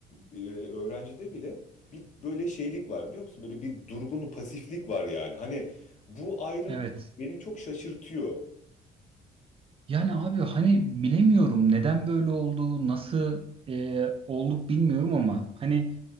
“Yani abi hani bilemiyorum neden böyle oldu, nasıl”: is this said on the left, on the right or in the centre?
Right